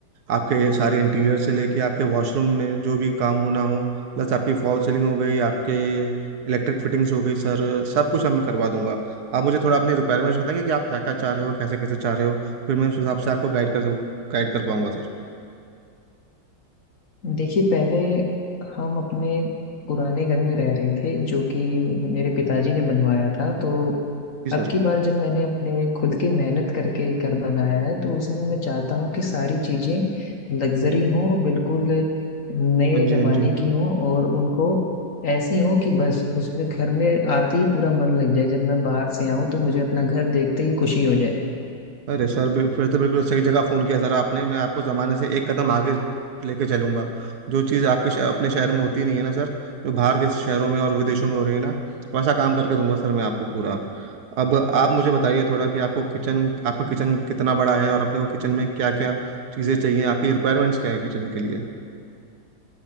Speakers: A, on the right; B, on the left.
A: आपके सारे इंटीरियर से लेके आपके वॉशरूम में जो भी काम होना हो प्लस आपकी फॉल सीलिंग हो गई आपके इलेक्ट्रिक फिटिंग्स हो गई सर सब कुछ हम मैं करवा दूंगा आप मुझे थोड़ा अपनी रिक्वायरमेंट्स बताएंगे कि आप क्या क्या चाह रहे हो कैसे कैसे चाह रहे हो फिर मैं उस हिसाब से आपको गाइड कर गाइड कर पाऊंगा सर
B: देखिए पहले हम अपने पुराने घर में रह रहे थे जो कि मेरे पिताजी ने बनवाया था तो
A: जी
B: अब
A: सर
B: की बार जब मैंने अपने खुद की मेहनत करके घर बनाया है तो उसमें मैं चाहता हूँ कि सारी चीजें लग्जरी
A: जी
B: हों बिल्कुल नए
A: हाँ जी
B: जमाने
A: हाँ जी
B: की हों और उनको ऐसी हों कि बस उसमें घर में आते ही पूरा मन लग जाए जब मैं बाहर से आऊं तो मुझे अपना घर देखते ही खुशी हो जाए
A: अरे सर बि- फिर तो बिल्कुल सही जगह फ़ोन किया सर आपने मैं आपको ज़माने से एक कदम आगे लेके चलूंगा जो चीज़ आपके शह- अपने शहर में होती नहीं है ना सर जो बाहर के शहरों में और विदेशों में हो रही है ना वैसा काम करके दूंगा सर मैं आपको पूरा अब आप मुझे बताइए थोड़ा कि आपको किचन आपका किचन कितना बड़ा है और अपने को किचन में क्या क्या चीज़ें चाहिए आपकी रिक्वायरमेंट्स क्या है किचन के लिए